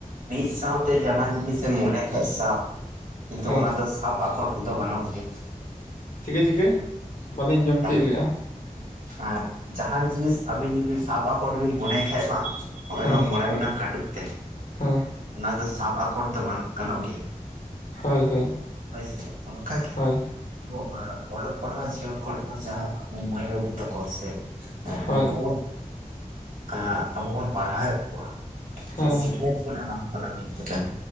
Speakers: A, on the right; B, on the left.
A: ᱢᱤᱫ ᱥᱟᱶᱛᱮ ᱡᱟᱦᱟ ᱡᱤᱱᱤᱥ ᱮᱢ ᱢᱚᱱᱮᱭ ᱠᱷᱟᱱ ᱥᱟᱵ ᱠᱤᱱᱛᱩ
B: ᱦᱮᱸ
A: ᱚᱱᱟ ᱫᱚ ᱥᱟᱯ ᱟᱠᱚᱴ ᱠᱚᱫᱚ ᱵᱟᱱᱚᱜ ᱜᱮᱭᱟ,
B: ᱪᱤᱠᱟᱹ ᱪᱤᱠᱟᱹ ᱵᱟᱹᱞᱤᱧ ᱟᱡᱚᱢ
A: ᱡᱟᱦᱟᱸ
B: ᱛᱤᱭᱩᱜ ᱞᱮᱜᱼᱟ,
A: ᱟᱨ ᱡᱟᱦᱟᱱ ᱡᱤᱱᱤᱥ ᱟᱵᱤᱱ ᱡᱩᱫᱤ ᱥᱟᱵ ᱟᱠᱚᱴ ᱵᱤᱱ ᱢᱚᱱᱮᱭ ᱠᱷᱟᱡ ᱵᱟᱝ ᱦᱚᱜᱼᱚᱭ
B: ᱦᱮᱸ
A: ᱱᱚᱣᱟ ᱢᱚᱬᱮ ᱜᱚᱴᱟᱝ ᱠᱟᱴᱩᱵ ᱛᱮ
B: ᱦᱮᱸ
A: ᱚᱱᱟ ᱫᱚ ᱥᱟᱵ ᱟᱠᱚᱴ ᱫᱚ ᱵᱟᱝ ᱜᱟᱱᱚᱜ ᱜᱮ,
B: ᱦᱳᱭ ᱦᱳᱭ
A: ᱦᱳᱭ ᱥᱮ ᱪᱮᱫ ᱚᱱᱠᱟ ᱜᱮ
B: ᱦᱳᱭ
A: ᱟᱵᱚ ᱚᱞᱚᱜ ᱯᱟᱲᱦᱟᱣ ᱡᱤᱭᱚᱱ ᱠᱚᱨᱮ ᱦᱚᱸ ᱡᱟᱦᱟᱸ ᱟᱵᱚ ᱢᱟᱹᱭ ᱵᱟᱹᱵᱩ ᱛᱟᱠᱚ ᱥᱮ- ᱦᱮᱸ
B: ᱦᱳᱭ
A: ᱩᱱᱠᱩ ᱵᱚᱱ ᱮ ᱟᱵᱚ ᱵᱚᱱ ᱯᱟᱲᱦᱟᱣ ᱮᱫ ᱠᱚᱣᱟ,
B: ᱦᱮᱸ
A: ᱥᱮ
B: ᱦᱮᱸ
A: ᱥᱤᱠᱷᱱᱟᱹᱛ ᱵᱚᱱ ᱮᱢᱟ ᱠᱚ ᱠᱟᱱᱟ ᱢᱤᱫ ᱞᱮᱠᱟᱱ